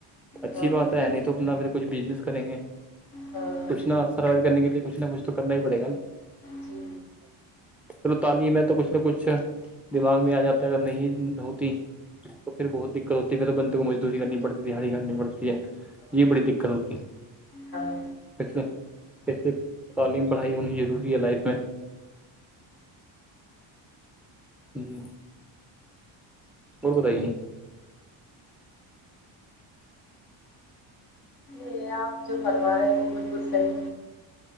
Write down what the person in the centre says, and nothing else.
اچھی
بات ہے
ہے نہیں تو اپنا پھر کچھ بزنس کریں گے
کچھ نا سروائیو کرنے کے لیے کچھ نہ کچھ تو کرنا ہی پڑے گا نا
چلو تعلیم ہے تو کچھ نہ کچھ دماغ میں آ جاتا ہے اگر نہیں ہوتی تو پھر بہت دقت ہوتی ہے پھر تو بندے کو مزدوری کرنی پڑتی دہاڑی کرنی پڑتی ہے یہ بڑی دقت ہوتی ہے
سے کیسے تعلیم پڑھائی ہونی ضروری ہے لائف میں جی اور بتائیے